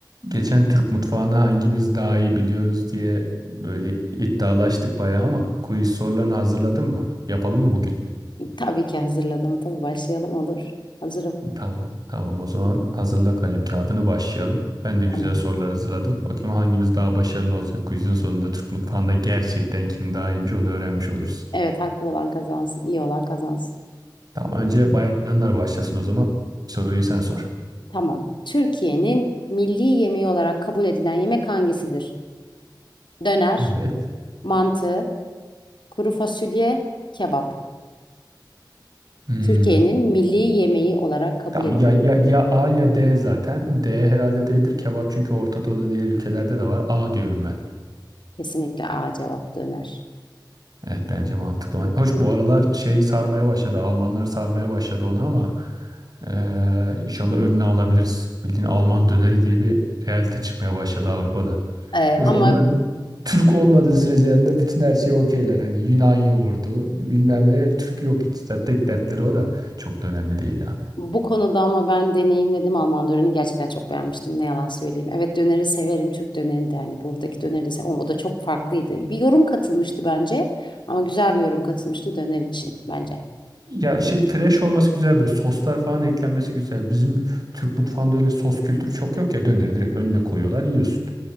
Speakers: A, on the right; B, on the left.
A: Geçen Türk mutfağını hangimiz daha iyi biliyoruz diye böyle iddialaştık bayağı ama quiz sorularını hazırladın mı? Yapalım mı bugün?
B: Tabii ki hazırladım. Tabii başlayalım olur. Hazırım.
A: Tamam. Tamam o zaman hazırla kalem kağıdını başlayalım. Ben de
B: Tamam.
A: güzel sorular hazırladım. Bakayım hangimiz daha başarılı olacak quizin sonunda Türk mutfağında gerçekten kim daha iyiymiş onu öğrenmiş oluruz.
B: Evet haklı olan kazansın, iyi olan kazansın.
A: Tamam önce bayanlar başlasın o zaman. Soruyu sen sor.
B: Tamam. Türkiye'nin milli yemeği olarak kabul edilen yemek hangisidir? Döner,
A: Evet.
B: mantı, kuru fasulye, kebap.
A: Hmm.
B: Türkiye'nin milli yemeği olarak kabul
A: Tamam
B: edilen
A: ya, ya, ya A ya D zaten. D herhalde D'dir. Kebap çünkü Orta Doğu'da diğer ülkelerde de var. A diyorum ben.
B: kesinlikle A cevap döner.
A: Evet bence mantıklı. olan. Hoş bu aralar şey sarmaya başladı. Almanlar sarmaya başladı onu ama eee, inşallah önüne alabiliriz. Bildiğin Alman döneri diye bir realite çıkmaya başladı Avrupa'da.
B: Ee,
A: Hoş
B: ama
A: onlar Türk olmadığı sürece yanında bütün her şeyi okeyler. Hani Yunan yoğurdu bilmem ne Türk yok hiç. Zaten tek dertleri o da çok da önemli değil ya.
B: Bu konuda ama ben deneyimledim Alman dönerini gerçekten çok beğenmiştim ne yalan söyleyeyim. Evet döneri severim Türk dönerini de hani buradaki döneri de sev- ama o da çok farklıydı. Bir yorum katılmıştı bence ama güzel bir yorum katılmıştı döner için bence.
A: Ya işte fresh olması güzel böyle soslar falan eklenmesi güzel. Bizim Türk mutfağında öyle sos kültürü çok yok ya döneri direkt önüne koyuyorlar yiyorsun.